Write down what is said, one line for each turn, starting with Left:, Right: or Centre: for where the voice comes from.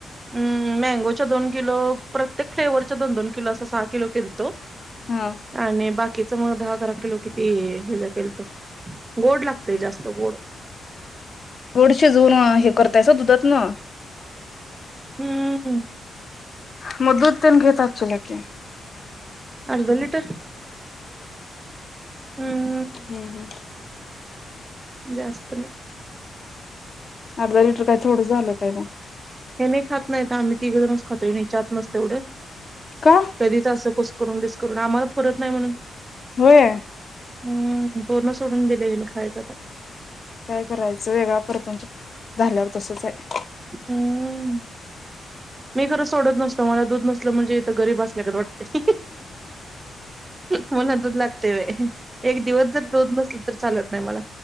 Right: हूं मँगो च्या दोन किलो प्रत्येक फ्लेवरच्या दोन दोन किलो असा सहा किलो केलतो
Left: हूं!
Right: आणि बाकीच म दहा बारा किलो किती हे ज केलत, गोड लागतय जास्त गोड
Left: गोड शिजवून हे करतायस दुधात न
Right: हूं हूं!
Left: मग दूध तेन घेतात चूला की
Right: अर्ध लिटर हूं हूं!
Left: हूं हूं!
Right: जास्त ना
Left: अर्धा लिटर काय थोडं झालं काय म
Right: हे मी खात नाहीत आम्ही तीघ जनच खातोय नीच्या त मस तेवढं.
Left: का?
Right: कधीच असं कुस बिसकरून आम्हाला पूरत नाही म्हणून
Left: होय
Right: हूं पूर्ण सोडून दिले हिने खायच आता
Left: काय करायचं वेगळा प्रपंच झाल्यावर तसच आहे.
Right: हं मी खरं सोडत नसतो मला दूध नसलं म्हणजे त गरीब असल्यागत वाटतय. मला दूध लागते व्हयं एक दिवस जर दूध नसल तर चालत नाही मला